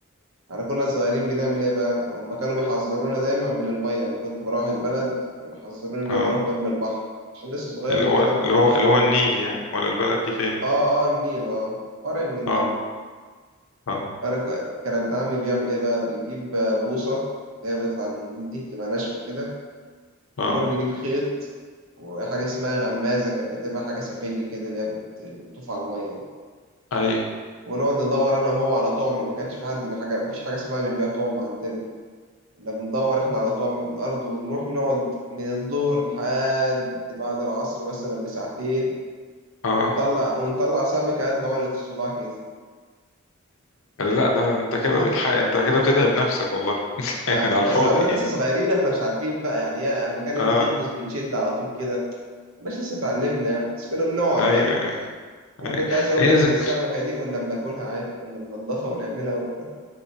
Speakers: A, on the right; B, on the left.
A: احنا كنا صغيرين بنعمل ايه بقى هم كانوا بيحذرونا دايما من الميه لما كنت بروح البلد كانوا بيحذروني ان
B: اه
A: انا اروح جنب البحر عشان لسه صغير
B: اللي
A: وكده
B: هو
A: وما
B: اللي
A: اعرفش
B: هو اللي
A: اعوم
B: هو النيل
A: وكده.
B: يعني ولا البلد دي فين
A: اه اه النيل اه فرع من النيل
B: اه اه
A: فانا ك- كان ابن عمي بيعمل ايه بقى بنجيب آه، بوصه اللي هي بيطلع من النيل دي بتبقى ناشفه كده
B: اه
A: ونروح نجيب خيط وحاجه اسمها غمازه كانت بتبقى حاجه سفنج كده اللي هي بت- بتطوف على الميه دي
B: ايوه
A: ونقعد ندور انا وهو على طعم ما كانش في حد بحاجه مفيش حاجه اسمها بيبيع طعم عندنا كنا بندور احنا على طعم في الأرض ونروح نقعد من الظهر لحد بعد العصر مثلا بساعتين
B: اه
A: ونطلع ونطلع سمكة قد علقة الصباع كده
B: لا ده انت
A: <laughs>
B: كده بتح... انت كده بتتعب نفسك والله <laughs>
A: ف-
B: على الفاضي
A: بس انا
B: يعني
A: لسه صغيرين احنا مش عارفين بقى يعني هي اما كانت
B: اه
A: بتغمز بنشد على طول كده مش لسه اتعلمنا يعني بس كنا بنقعد
B: ايوه
A: بقى
B: ايوه
A: وكنت
B: ايوه
A: عايز اقول
B: هي
A: لك
B: ذكر
A: ان السمكة دي كنا بناكلها عادي كنا بننضفها ونعملها وناكلها